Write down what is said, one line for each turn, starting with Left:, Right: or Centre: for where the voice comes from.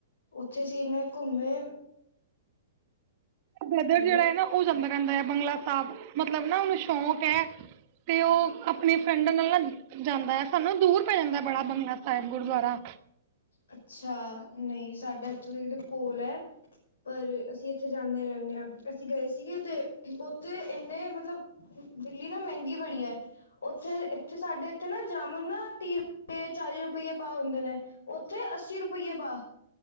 Left: ਉੱਥੇ ਅਸੀ ਇਨੇ ਘੁੰਮੇ।
Right: ਬਰਦਰ
Left: ਹੈਲੋ
Right: ਜਿਹੜਾ ਹੈ ਨਾ ਉਹ ਜਾਂਦਾ ਰਹਿੰਦਾ ਹੈ ਬੰਗਲਾ ਸਾਹਿਬ ਮਤਲਬ ਨਾ ਉਹਨੂੰ ਸ਼ੌਂਕ ਹੈ। ਤੇ ਉਹ ਆਪਣੀ ਫਰੈਂਡਾ ਨਾਲ ਜਾਂਦ ਐ। ਸਾਨੂੰ ਦੂਰ ਪੈ ਜਾਂਦਾ ਬੜਾ ਬੰਗਲਾ ਸਾਹਿਬ ਗੁਰਦੁਆਰਾ।
Left: ਅੱਛਾ ਨਹੀਂ ਸਾਡਾ ਸਕੂਲ ਦੇ ਕੋਲ ਐ। ਪਰ ਅਸੀਂ ਇੱਥੇ ਜਾਂਦੇ ਰਹਿੰਦੇ ਹਾਂ। ਅਸੀਂ ਗਏ ਸੀਗੇ ਤੇ ਉੱਥੇ, ਓਥੇ ਇੰਨੇ ਮਤਲਬ ਦਿੱਲੀ ਨਾ ਮਹਿੰਗੀ ਬੜੀ ਐ। ਉੱਥੇ ਤੇ ਸਾਡੇ ਇੱਥੇ ਨਾ ਜਾਮੁਨ ਨਾ ਤੀਹ ਰੁਪ- ਚਾਲੀ ਰੁਪਈ ਏ ਭਾਅ ਹੁੰਦੇ ਨੇ ਉੱਥੇ ਅੱਸੀ ਰੁਪ ਪਈਆ ਭਾ